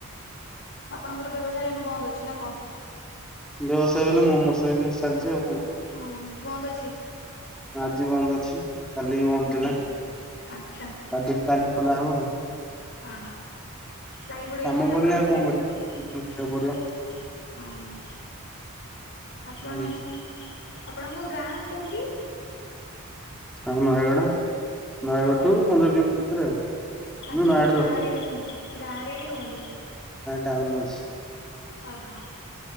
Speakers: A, on the left (about 55°); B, in the centre.
A: ଆପଣଙ୍କର ବ୍ୟବସାୟ ଏନୁ ବନ୍ଦ ଅଛି ନା କଣ?
B: ବ୍ୟବସାୟ ହେଲେ ମୋମୋସ ବିଜନେସ ଚାଲିଛି ଆଉ। କଣ
A: ହୁଁ, ବନ୍ଦ ଅଛି।
B: ଆଜି ବନ୍ଦ ଅଛି, କାଲି ବି ବନ୍ଦ
A: ହୁଁ
B: ଥିଲା,
A: ଆଚ୍ଛା
B: କାଲି କାଲି ଖୋଲା ହବ ଆଉ।
A: ହଁ, ଲାଗି ପଡ଼ିବେ
B: କାମ
A: ପୁଣି
B: ପଡ଼ିଲେ
A: ଆପଣଙ୍କ
B: ଆଉ କଣ
A: କାମରେ
B: କରିବା ପଡିବ
A: ହଁ, ଆପଣ
B: ହୁଁ
A: ନ୍ ଆପଣଙ୍କ ଗାଁ କୋଉଠି?
B: ଆମର ନୟାଗଡ଼। ନୟାଗଡ଼ଠୁ
A: ଓ
B: ପନ୍ଦର କିଲୋ ମି ଭିତରେ ଆଉ କିନ୍ତୁ
A: ଆଚ୍ଛା
B: ନୟାଗଡ଼
A: ଆପଣ ଗାଁ
B: ରେ ରହୁ।
A: ହିଁ ରୁହନ୍ତି ଗାଁ ରେ ହିଁ ରୁହନ୍ତି?
B: ଟାଉନ ଅଛି।
A: ଓହୋ,